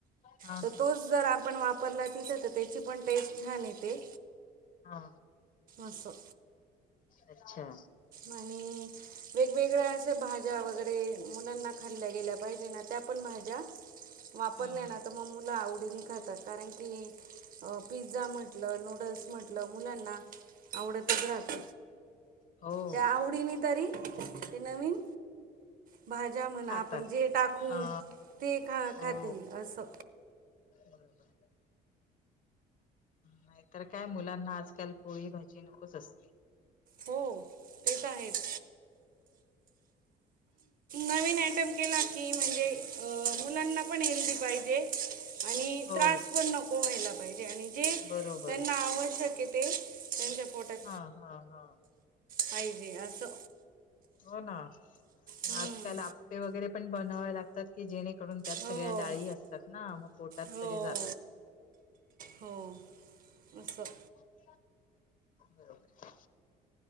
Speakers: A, on the left; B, on the right.
A: हा
B: तर
A: हा
B: तोच जर आपण वापरला तिथे, तर त्याची पण टेस्ट छान येते.
A: हा.
B: असं.
A: <inaudible> अच्छा!.
B: आणि वेगवेगळ्या असं भाज्या वगैरे मुलांना खाल्ल्या गेल्या पाहिजे ना, त्या पण भाज्या वापरल्या
A: हम्म हम्म
B: ना, तर मग मुलं आवडीने खातात कारण की अ पिझ्झा म्हटलं, नूडल्स म्हटलं मुलांना आवडतच राहत.
A: हो
B: त्या आवडीने तरी ते नवीन <inaudible> भाज्या म्हणा,
A: खातात.
B: आपण जे टाकू
A: हा
B: ते खा
A: हो
B: खातील असं.
A: बरोबर. नाहीतर काय मुलांना आजकाल, पोळी भाजी नकोच असते.
B: हो. ते तर आहेच. नवीन आयटम केला की, म्हणजे अ मुलांना पण हेल्दी पाहिजे. आणि
A: हो
B: त्रास पण नको व्हायला पाहिजे. आणि जे
A: बरोबर
B: त्यांना आवश्यक ते त्यांच्या पोटात
A: हा हा.
B: पाहिजे असं.
A: हो ना
B: हम्म.
A: आजकाल आपे वगैरे पण बनवावे लागतात की, जेणे करून त्यात
B: हो
A: सगळ्या डाळी असतात ना, मग पोटात
B: हो
A: तरी जातात.
B: हो <inaudible> अस.
A: <unintelligible> बरोबर आहे.